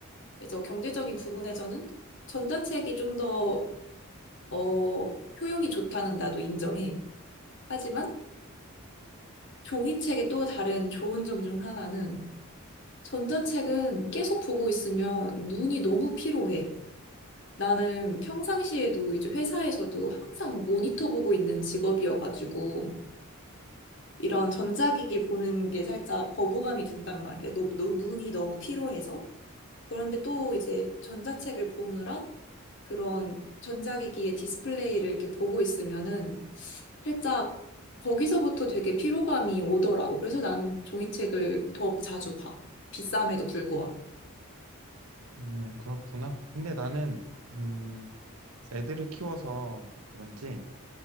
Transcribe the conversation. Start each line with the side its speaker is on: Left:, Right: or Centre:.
Left: 그래서 경제적인 부분에서는 전자책이 좀 더, 어, 효용이 좋다는 나도 인정해. 하지만 종이책의 또 다른 좋은 점 중 하나는 전자책은 계속 보고 있으면 눈이 너무 피로해. 나는 평상시에도 이제 회사에서도 항상 모니터 보고 있는 직업이어가지고 이런 전자기기 보는 게 살짝 거부감이 든단 말이야. 노, 노, 눈이 너무 피로해서. 그런데 또 이제 전자책을 보느라 그런 전자기기의 디스플레이를 이렇게 보고 있으면은 살짝 거기서부터 되게 피로감이 오더라고. 그래서 나는 종이책을 더 자주 봐. 비쌈에도 불구하고.
Right: 음, 그렇구나. 근데 나는 음, 애들을 키워서 그런지,